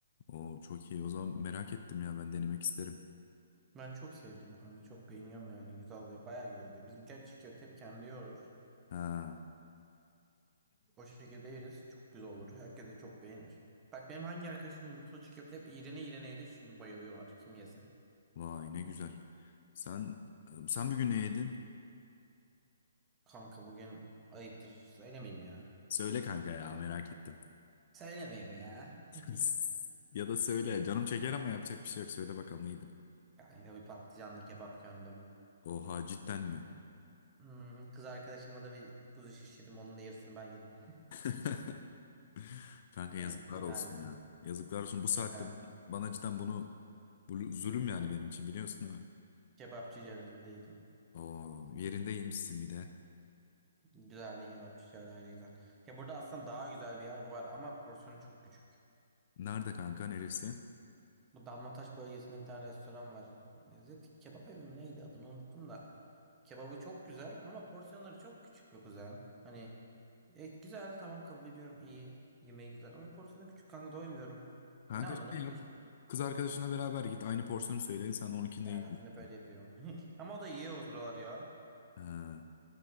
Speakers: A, on the left; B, on the right.
A: Oo, çok iyi. O zaman merak ettim ya ben denemek isterim.
B: Ben çok sevdim kanka. Çok beğeniyorum yani. Güzel oluyor. Bayağı güzel oluyor. Bizimkiler çiğ köfte hep kendi yoğurur.
A: Ha,
B: O şekilde yeriz. Çok güzel olur. Herkes de çok beğenir. Bak benim hangi arkadaşım yumurtalı çiğ köfte hep iğrene iğrene yedi. Şimdi bayılıyorlar. Kim yese.
A: vay ne güzel. Sen sen bugün ne yedin?
B: Kanka bugün ayıptır. Söylemeyeyim ya.
A: Söyle kanka ya merak ettim.
B: Söylemeyeyim ya.
A: <laughs>
B: <laughs>
A: Ya da söyle canım çeker ama yapacak bir şey yok. Söyle bakalım ne yedin?
B: Kanka bir patlıcanlı kebap gömdüm.
A: Oha cidden mi?
B: Hmm, kız arkadaşıma da bir kuzu şiş yedim. Onun da yarısını ben yedim.
A: <laughs> Kanka yazıklar
B: Ee, güzeldi.
A: olsun ya. Yazıklar olsun bu saatte
B: Güzeldi.
A: bana cidden bunu bu zulüm yani benim için biliyorsun değil mi?
B: Kebapçı Celal'de yedim.
A: Oo, yerinde yemişsin bir de.
B: Güzeldi kebapçı Celal'de güzel. Ya burada aslında daha güzel bir yer var ama porsiyonu çok küçük.
A: Nerede kanka neresi?
B: Bu Damlataş bölgesinde bir tane restoran var. Lezzet kebap evi mi neydi adını unuttum da. Kebabı çok güzel ama porsiyonları çok küçük be kuzen. Hani e, güzel tamam kabul ediyorum iyi. Yemeği güzel ama porsiyonu küçük kanka doymuyorum.
A: Kanka
B: E ne anladım
A: şey yap.
B: bu iş?
A: Kız arkadaşına beraber git. Aynı porsiyonu söyle. Sen onunkinde
B: Erhat'ın
A: yiyorsun.
B: hep böyle yapıyorum. <laughs> Ama o da yiyor o sıralar ya.
A: Ha.